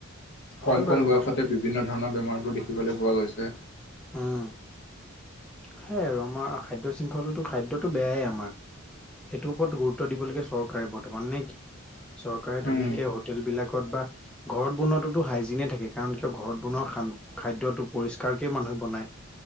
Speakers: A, on the left (about 55°); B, in the centre.
A: কম
B: হয় বাৰু
A: কম বয়সতে
B: কথাটো।
A: বিভিন্ন ধৰণৰ বেমাৰবোৰ দেখিবলৈ পোৱা গৈছে
B: উম সেইয়া আৰু আমাৰ খাদ্য শৃংখলতো খাদ্যটো বেয়াই আমাৰ এইটো ওপৰত গুৰুত্ব দিব লাগে চৰকাৰে বৰ্তমান নে কি চৰকাৰে ধুনীয়াকে
A: উম।
B: হোটেল বিলাকত বা ঘৰত বনোৱাতোতো হাইজিনে থাকে থাকে কাৰণ কিয় ঘৰত বনোৱা খান খাদ্যটো পৰিষ্কাৰকেই মানুহে বনায়